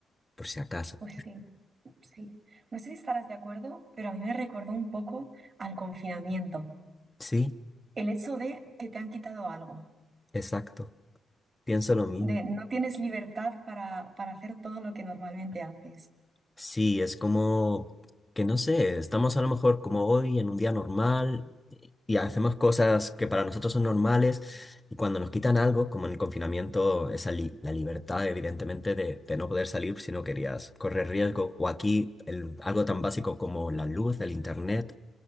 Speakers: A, on the left (about 15°); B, on the right (about 40°).
A: por si acaso.
B: Pues sí, sí. No sé si estarás de acuerdo, pero a mí me recordó un poco al confinamiento.
A: Sí,
B: El hecho de que te han quitado algo,
A: exacto. Pienso lo mismo.
B: de no tienes libertad para, para hacer todo lo que normalmente haces.
A: Sí, es como que no sé, estamos a lo mejor como hoy en un día normal y hacemos cosas que para nosotros son normales y cuando nos quitan algo, como en el confinamiento, esa li- la libertad evidentemente de, de no poder salir si no querías correr riesgo o aquí el- algo tan básico como la luz, el internet,